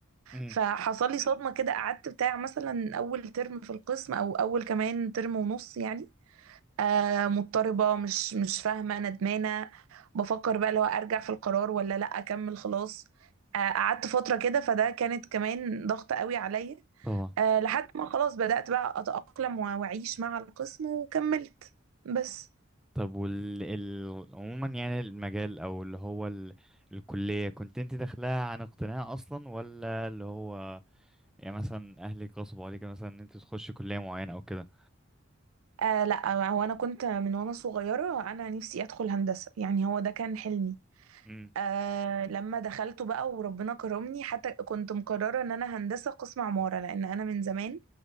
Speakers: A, in the centre; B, on the right (about 80°).
A: امم
B: فحصل لي صدمة كده قعدت بتاع مثلا اول ترم في القسم او اول كمان ترم ونص يعني آه مضطربة مش مش فاهمة ندمانة بفكر بقى لو ارجع في القرار ولا لا اكمل خلاص آه قعدت فترة كده فده كانت كمان ضغط قوي عليا
A: طبعا
B: آه لحد ما خلاص بدأت بقى اتأقلم واعيش مع القسم وكملت بس
A: طب وال ال... عموما يعني المجال او اللي هو ال... الكلية كنت انت داخلها عن اقتناع اصلا ولا اللي هو يعني مثلا اهلك غصبوا عليك مثلا ان انت تخشي كلية معينة او كده
B: آه لا هو انا كنت من وانا صغيره انا نفسي ادخل هندسه يعني هو ده كان حلمي
A: امم
B: آه لما دخلته بقى وربنا كرمني حتى كنت مقرره ان انا هندسه قسم عماره لان انا من زمان